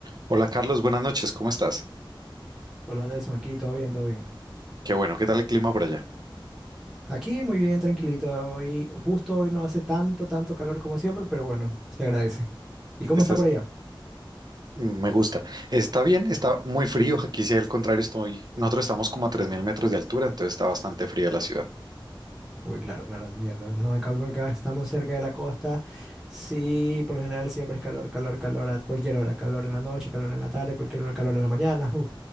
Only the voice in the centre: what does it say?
Hola Nelson, aquí todo bien, todo bien.
Aquí muy bien, tranquilito. Y justo hoy no hace tanto, tanto calor como siempre, pero bueno, se agradece. ¿Y cómo
está por allá?
Uy, claro, claro, entiendo. No, acá, acá estamos cerca de la costa. Sí, por lo general siempre es calor, calor, calor a cualquier hora. Calor en la noche, calor en la tarde, cualquier hora, calor en la mañana. Uf,